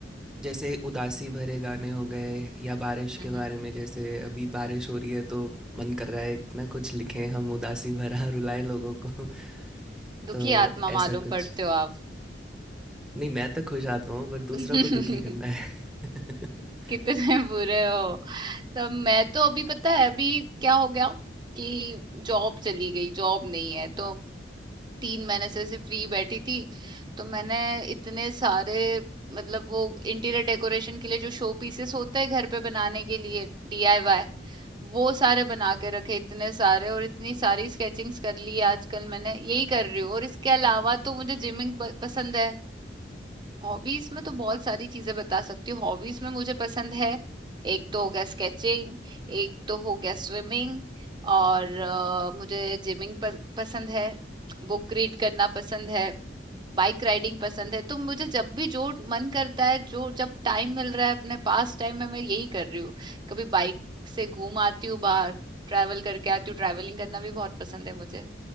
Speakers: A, in the centre; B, on the right.
A: जैसे उदासी भरे गाने हो गए या बारिश
B: हम्म
A: के बारे में जैसे अभी बारिश हो रही है तो मन कर रहा है कि ना कुछ लिखें हम उदासी भरा <laughs> रुलाएं लोगों को <laughs>
B: दुखी
A: तो
B: आत्मा
A: ऐसा
B: मालूम
A: कुछ
B: पड़ते हो आप
A: नहीं मैं तो खुश आता हूँ पर
B: <laughs>
A: दूसरों को दुखी करना है <laughs>
B: कितने बुरे हो तो मैं तो अभी पता है अभी क्या हो गया कि जॉब चली गई जॉब नहीं है तो तीन महीने से ऐसे फ्री बैठी थी तो मैंने इतने सारे मतलब वो इंटीरियर डेकोरेशन के लिए जो शो पीसेस होते हैं घर पे बनाने के लिए डीआईवाई वो सारे बना के रखे इतने सारे और इतनी सारी स्केचिंग्स कर ली आजकल मैंने यही कर रही हूँ और इसके अलावा तो मुझे जिमिंग पसंद है हॉबीज में तो बहुत सारी चीजें बता सकती हूँ हॉबीज में मुझे पसंद है एक तो हो गया स्केचिंग एक तो हो गया स्विमिंग और अ, मुझे जिमिंग पसंद है बुक रीड करना पसंद है बाइक राइडिंग पसंद है तो मुझे जब भी जो मन करता है जो जब टाइम मिल रहा है अपने पास टाइम में मैं यही कर रही हूँ कभी बाइक से घूम आती हूँ बाहर ट्रैवल करके आती हूँ ट्रैवलिंग करना भी बहुत पसंद है मुझे